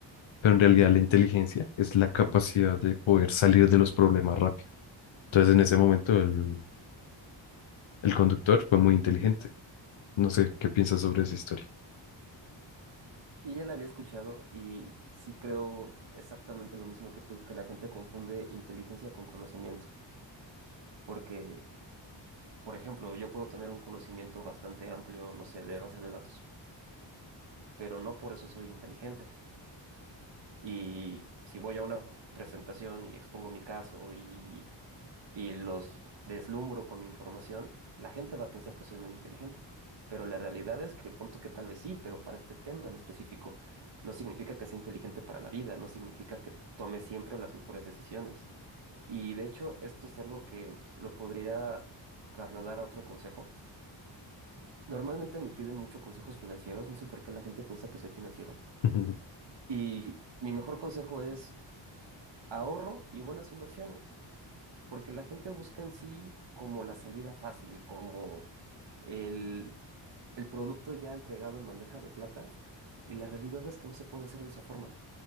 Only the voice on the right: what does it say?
Sí, ya la había escuchado y sí creo exactamente lo mismo que tú, que la gente confunde inteligencia con conocimiento, porque, por ejemplo, yo puedo tener un conocimiento bastante amplio, no sé, de base de datos, pero no por eso soy inteligente. Y si voy a una presentación y expongo mi caso y, y los deslumbro con mi información, la gente va a pensar que soy muy inteligente. Pero la realidad es que punto que tal vez sí, pero para este tema en específico, no significa que sea inteligente para la vida, no significa que tome siempre las mejores decisiones. Y de hecho, esto es algo que lo podría trasladar a otro consejo. Normalmente me piden mucho consejos financieros, no sé por qué la gente piensa que soy financiero.
Y mi mejor consejo es ahorro y buenas inversiones, porque la gente busca en sí como la salida fácil, como el, el producto ya entregado en bandeja de plata, y la realidad es que no se puede hacer de esa forma.